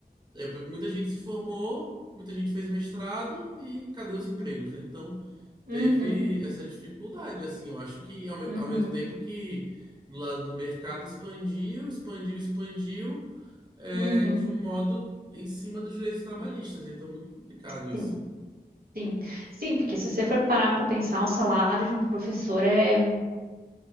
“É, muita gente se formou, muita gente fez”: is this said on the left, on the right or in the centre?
Right